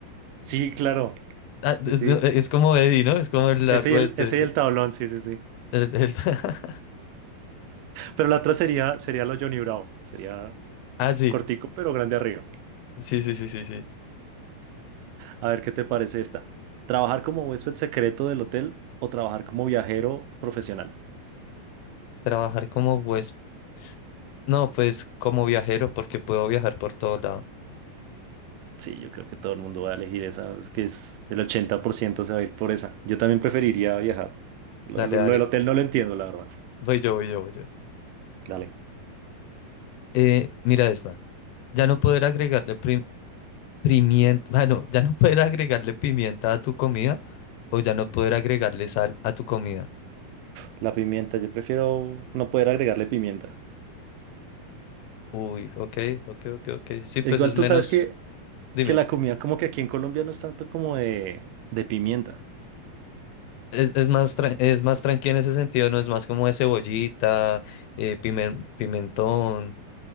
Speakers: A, on the right; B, on the left.
A: Sí, claro. Sí,
B: Ah, es,
A: sí.
B: no, e, es como Eddie, ¿no? Es como el largo
A: Ese y el,
B: este.
A: ese y el tablón, sí, sí, sí.
B: el- el- <laughs>
A: Pero la otra sería, sería lo Johnny Bravo. Sería
B: Ah, sí.
A: cortico, pero grande arriba.
B: Sí, sí, sí, sí, sí.
A: A ver qué te parece esta. ¿Trabajar como huésped secreto del hotel o trabajar como viajero profesional?
B: Trabajar como huésped. No, pues como viajero, porque puedo viajar por todo lado.
A: Sí, yo creo que todo el mundo va a elegir esa. Es que es el 80% se va a ir por esa. Yo también preferiría viajar. Lo,
B: Dale,
A: lo-
B: dale.
A: lo del hotel no lo entiendo, la verdad.
B: Voy yo, voy yo, voy yo.
A: Dale.
B: Eh, mira esta. Ya no poder agregarle pimienta, <laughs> bueno, ya no poder agregarle pimienta a tu comida o ya no poder agregarle sal a tu comida.
A: La pimienta, yo prefiero no poder agregarle pimienta.
B: Uy, ok, ok, ok, ok. Sí,
A: Igual
B: pues es menos,
A: tú sabes que,
B: dime,
A: que la comida como que aquí en Colombia no es tanto como de, de pimienta.
B: es, es más, tran- es más tranquila en ese sentido, no es más como de cebollita, eh, pimen- pimentón,